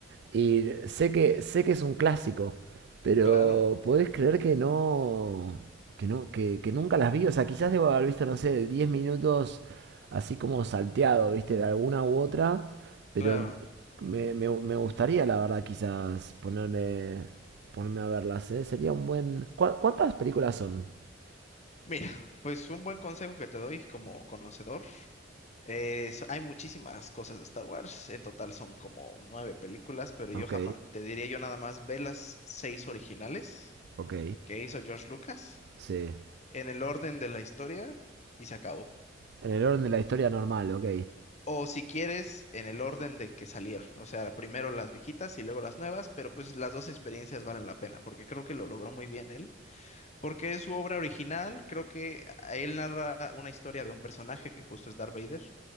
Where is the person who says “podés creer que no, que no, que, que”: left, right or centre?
Right